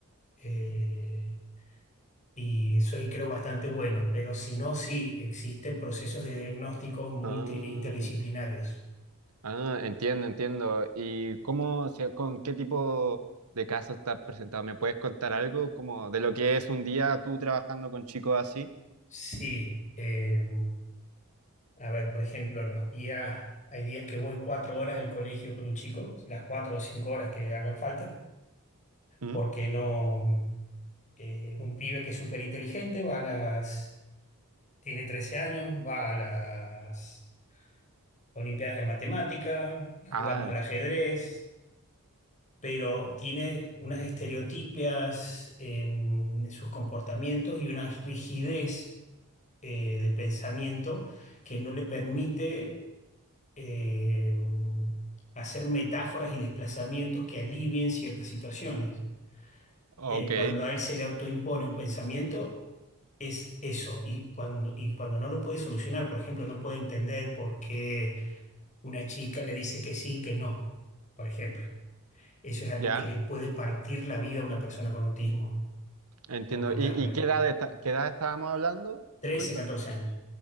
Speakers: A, on the left; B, on the right.
A: Eh, y soy, creo, bastante bueno, pero si no, sí, existen procesos de diagnósticos multi
B: Ah,
A: interdisciplinarios.
B: ah, entiendo, entiendo. ¿Y cómo se, con qué tipo de casos estás presentado? ¿Me puedes contar algo como de lo que es un día tú trabajando con chicos así?
A: Sí, eh, a ver, por ejemplo, los días, hay días que voy cuatro horas al colegio con un chico, las cuatro o cinco horas que hagan falta,
B: ¿Mm?
A: porque no, eh, es un pibe que es súper inteligente, va a las Tiene 13 años, va a las Olimpiadas de Matemática, jugamos
B: Ah,
A: al ajedrez, pero tiene unas estereotipias en, en sus comportamientos y una rigidez eh, de pensamiento que no le permite eh, hacer metáforas y desplazamientos que alivien ciertas situaciones.
B: ok,
A: eh, cuando a él se le autoimpone un pensamiento, es eso. Y cuando, y cuando no lo puede solucionar, por ejemplo, no puede entender por qué una chica le dice que sí, que no, por ejemplo. Eso es algo
B: ya.
A: que le puede partir la vida a una persona con autismo
B: Entiendo.
A: o con
B: ¿Y,
A: Asperger.
B: y qué edad, esta- qué edad estábamos hablando?
A: trece
B: Disculpa.
A: catorce años,